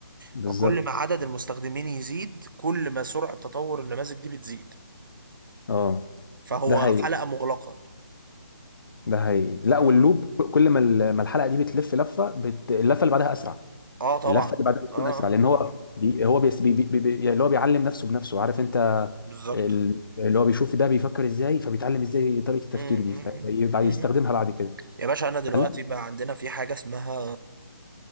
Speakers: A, on the left (about 80°); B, on the right (about 75°).
A: بالظبط
B: فكل ما عدد المستخدمين يزيد كل ما سرعه تطور النماذج دي بتزيد
A: اه
B: فهو
A: ده حقيقي
B: حلقه مغلقه
A: ده حقيقي لا
B: اه
A: واللوب ك- كل ما ال- ما الحلقه دي بتلف لفه بت... اللفه اللي بعدها اسرع
B: اه طبعا
A: اللفه اللي بعدها بتكون
B: اه
A: اسرع لان هو
B: اه
A: بي... هو بيس... بي... بي... بي... بي- يعني اللي هو بيعلم نفسه بنفسه عارف انت
B: بالظبط
A: ال- اللي هو بيشوف ده بيفكر ازاي فبيتعلم ازاي طريقه التفكير
B: مم،
A: دي
B: مم،
A: فبعد
B: مم،
A: يستخدمها
B: مم.
A: بعد كده
B: يا باشا انا دلوقتي
A: فلا
B: بقى عندنا في حاجه اسمها